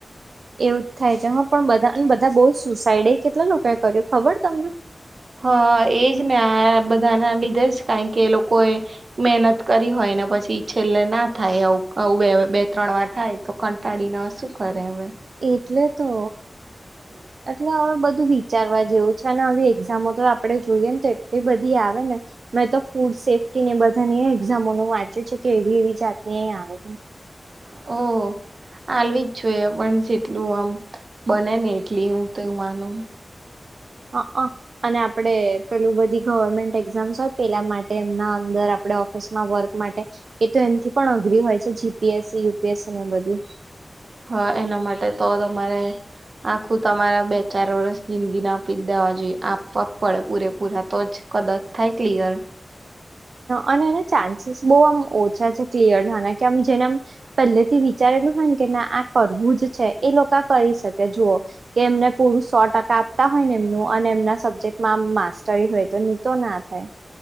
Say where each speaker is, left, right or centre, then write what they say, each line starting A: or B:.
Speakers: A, on the right; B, on the right.
A: એવું જ થાય જેમાં પણ બધા અને બધા બહુ સુસાઈડ કેટલા લોકો એ કર્યું ખબર તમને.
B: હા એજ ને આ બધાના લીધે જ કા કે એ લોકો એ. મહેનત કરી હોય ને પછી છેલ્લે ના થાય એવું આવ બે ત્રણ વાર થાય. તો કંટાળીને શું કરે હવે.
A: એટલે તો.
B: હમ.
A: અથવા હવે બધું વિચારવા જેવું છે અને હવે એક્ઝામો તો આપડે જોઈએ ને તો એટલી બધી આવે ને. મેં તો ફૂડ સેફ્ટી ને બધાની એક્ઝામોનું વાંચ્યું છે કે એવી એવી જાતની આવે.
B: ઓ. હાલવી જ જોઈએ પણ જેટલું આમ બને ને એટલી હું તો એ માનું.
A: હ હ અને આપડે પેલું બધી ગવર્મેન્ટ એક્ઝામ્સ હોય પેલા માટે એમના અંદર આપણે ઓફિસમાં વર્ક માટે એ તો એથી પણ અઘરી હોય છે જીપીએસસી યુપીએસસી ને એ બધી.
B: હા એના માટે તો તમારે. આખું તમારા બે ચાર વર્ષ જિંદગી ના આપી જ દેવા જોઈએ આપવા પડે પૂરેપૂરા તો જ. કદાચ થાય ક્લિયર.
A: અને એના ચાન્સીસ બોવ આમ ઓછા છે ક્લિયર થાના કે આમ જેનેમ. પહેલેથી વિચારેલું હોય ને કે ના આ કરવું જ છે એ લોકો આ કરી શકે જુઓ. કે એમને પૂરું સો ટકા આપતા હોય ને એમનું અને એમના સબ્જેક્ટમાં માસ્ટરી હોય તો ની તો ના થાય.